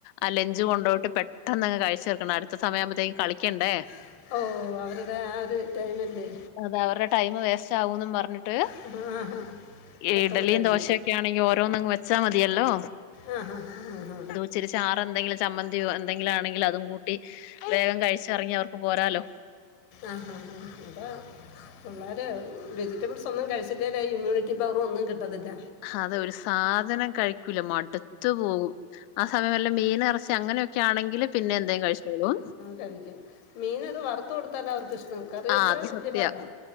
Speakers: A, on the left; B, on the left.
A: ആ ലഞ്ച് കൊണ്ടോയിട്ട് പെ പെട്ടന്നങ് കഴിചീർക്കണം അട്ത്ത സമയ ആവുമ്പയെത്തേക്ക്‌ കളിക്കണ്ടേ
B: ആ ഓ അവര്ടെ ആ ഒരു ടൈമല്ലേ
A: അതെ അവര്ടെ ടൈമ് വേസ്റ്റ് ആവുന്നും പർഞ്ഞിട്ട്
B: ആ ഹാ
A: ഇഡലിയും
B: പെട്ടെന്ന് കഴിക്കും
A: ദോശയൊക്കെ ആണെങ്കി ഓരോന്നങ്ങ് വെച്ചാ മതിയല്ലോ
B: ആ ഹാ ഹാ ഹാ ഹാ
A: ഇചിരി ച്ചാറ് എന്തെങ്കിലും ചമ്മന്തിയോ എന്തെങ്കിലു ആണെങ്കില് അതും കൂട്ടി വേഗം കഴിച്ചറങ്ങി അവർക്ക് പോരാലോ
B: ആ ഹാ ഹാ ഹാ അത പിള്ളര് വെജിറ്റബിൾസ് ഒന്നും കഴിച്ചില്ലേല് ഇമ്മ്യൂണിറ്റി പവറു ഒന്നും കിട്ടത്തില്ല
A: അതെ ഒരു സാധനം കഴിക്കൂല മടുത്ത് പോകും ആ സമയ വല്ല മീന് ഇറച്ചി അങ്ങനെ ക്കെ ആണെങ്കില് പിന്നെ എന്തേ കഴിച്ചോളൂ
B: കഴിക്ക മീനത് വറുത്ത കൊടുത്താല അവർക്ക് ഇഷ്ടം കറി വെച്ചാ
A: ആഹ് അത്
B: വല്യ
A: സത്യവാ.
B: പാടാ